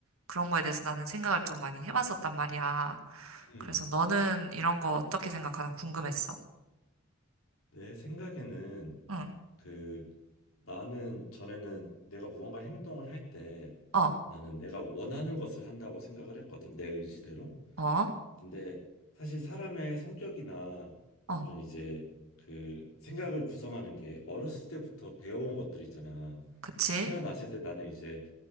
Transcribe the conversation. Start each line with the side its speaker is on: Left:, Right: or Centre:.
Right: 그런 거에 대해서 나는 생각을 좀 많이 해봤었단 말이야.
Left: 음.
Right: 그래서 너는 이런 거 어떻게 생각하나 궁금했어.
Left: 내 생각에는
Right: 응,
Left: 그 나는 전에는 내가 무언가 행동을 할 때
Right: 어,
Left: 나는 내가 원하는 것을 한다고 생각을 했거든, 내 의지대로.
Right: 어,
Left: 근데 사실 사람의 성격이나
Right: 어,
Left: 그런 이제 그 생각을 구성하는 게 어렸을 때부터 배워온 것들이잖아.
Right: 그치?
Left: 태어났을 때 나는 이제